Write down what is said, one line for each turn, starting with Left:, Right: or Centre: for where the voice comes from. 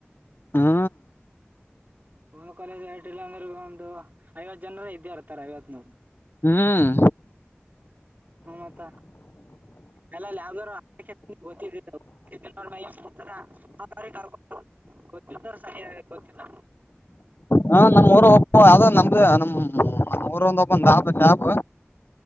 Left: ಹಾ
Right: ಒಂದು ಕಾಲೇಜ್ ಆಐಲ್ಲ ಅಂದ್ರ ಒಂದು ಐವತ್ತು ಜನರ ಇದ್ದೇ ಇರ್ತಾರೆ ಐವತ್ ನೂರು
Left: ಹ್ಮ್
Right: ಹು ಮತ್ತ ಅಲ್ಲ ಗ ಗೋತ್ತಿದ್ದರು ಸರಿ ಗ ಚನ
Left: ಹಾ ನಮ್ ಊರ ಹೋಗಬ ಯಾವ ನಮ್ದ ನಮ್ ನಮ್ಮ ರು ಒಂದ ಒಬ್ಬಂದಾಬಾಬ